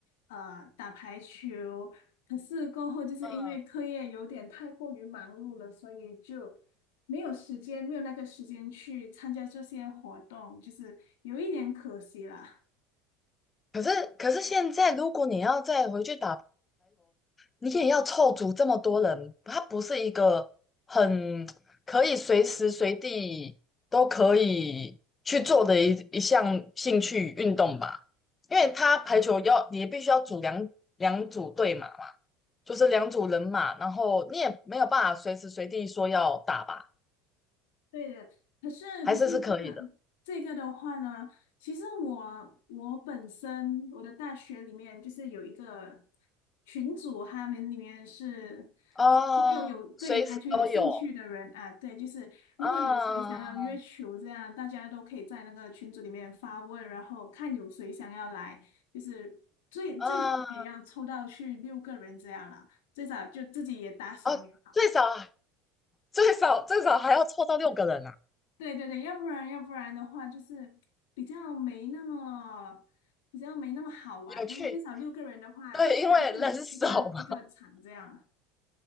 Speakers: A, on the left; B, on the left.
A: 呃打排球。可是过后，就是因为课业有点太过于忙碌了，
B: 嗯。
A: 所以就没有时间，没有那个时间去参加这些活动，就是有一点可惜了。
B: 可是，可是现在，如果你要再回去打你也要凑足这么多人，它不是一个很可以随时随地都可以去做的一一项兴趣运动吧？因为它排球要你必须要组两两组队嘛，嘛，就是两组人嘛，然后你也没有办法随时随地说要打吧，
A: 对的，可是可是真的，
B: 还是是可以的
A: 这个的话呢，其实我我本身我的大学里面就是有一个群组，他们里面是
B: 啊，
A: 所有有对排球有兴趣的人啊，
B: 随时都有
A: 对，就是如果有谁想要约球这样，
B: 啊
A: 大家都可以在那个群组里面发问，然后看有谁想要来，就是最最少也要抽到去六个人这样啦，
B: 啊
A: 最少就自己也打爽也好。
B: 啊，最少最少最少还要凑到六个人啊，
A: 对对对，要不然要不然的话，就是比较没那么比较没那么好玩，
B: 有趣。
A: 因为最少六个人的话，
B: 对，因为人少嘛。
A: 三个人一般一个场这样。